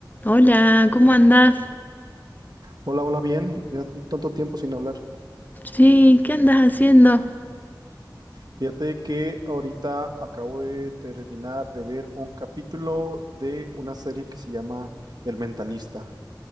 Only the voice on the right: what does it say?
Hola, hola, bien. Ya tanto tiempo sin hablar.
Fíjate que ahorita acabo de terminar de ver un capítulo de una serie que se llama El Mentalista.